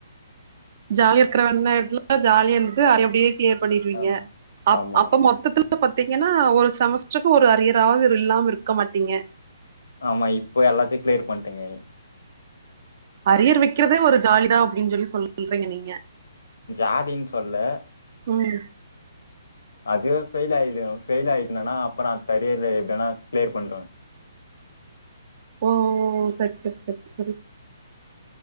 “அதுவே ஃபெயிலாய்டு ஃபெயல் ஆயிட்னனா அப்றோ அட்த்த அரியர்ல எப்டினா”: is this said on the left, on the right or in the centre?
Left